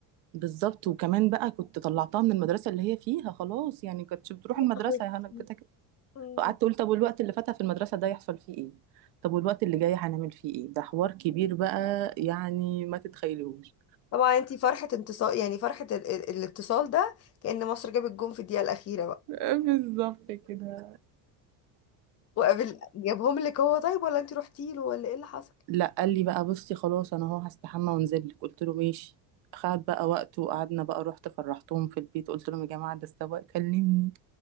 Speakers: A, on the right; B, on the left.
A: بالظبط وكمان بقى كنت طلعتها من المدرسه اللي هي فيها خلاص يعني كنتش بتروح
B: يا
A: المدرسه
B: حبيبتي
A: يا هنا كده كده
B: أمم.
A: فقعدت اقول طب والوقت اللي فاتها في المدرسه ده يحصل فيه ايه طب والوقت اللي جاي هنعمل فيه ايه ده حوار كبير بقى يعني ما تتخيلوش
B: طبعا انتي فرحة انتصار يعني فرحة ال- ال- الاتصال ده كأن مصر جابت جون في الدقيقة الأخيرة بقى
A: <laughs> بالظبط كده
B: وقابل جابهم لك هو طيب ولا انتي رحتي له ولا ايه اللي حصل؟
A: لا قال لي بقى بصي خلاص انا اهو هستحمى وانزل لك قلت له ماشي خد بقى وقت وقعدنا بقى رحت فرحتهم في البيت قلت لهم يا جماعه ده السواق كلمني